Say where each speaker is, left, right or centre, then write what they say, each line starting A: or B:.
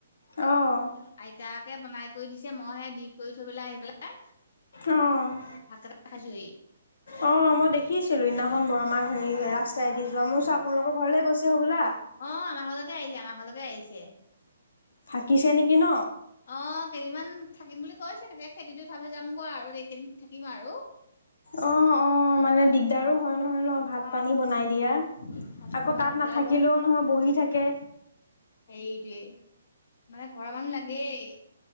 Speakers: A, on the left; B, on the left.
A: অ'।
B: আইতাকে বনাই কৰি দিছে, মই হে দি কৰি থৈ পেলাই আহি পেলাই।
A: অ'।
B: ভাত কেইটা <unintelligible>
A: অ', মই দেখিছিলোঁ সেইদিনাখন বৰমাক হেৰি ৰাস্তাইদি যোৱা, মই বোলোঁ আপোনালোকৰ ঘৰলৈ গৈছে হ'বলা।
B: অ', আমাৰ ঘৰলৈকে আহিছে আমাৰ ঘৰলৈকে আহিছে।
A: থাকিছে নেকি ন?
B: অ', কেইদিনমান থাকিম বুলি কৈছে, কেতিয়া খেতিটো উঠালে যাম গে আৰু এই কেইদিন থাকিম আৰু।
A: অ', অ'মানে দিগদাৰো হয় নহয় ন ভাত
B: অ
A: পানী বনাই দিয়া।
B: ভাত পানী
A: আকৌ
B: খোৱা
A: তাত
B: দিগদাৰ
A: নাথাকিলেওঁ
B: হয়
A: নহয় বহি থাকে।
B: এইটোৱেই মানে ঘৰ মানুহ লাগেই।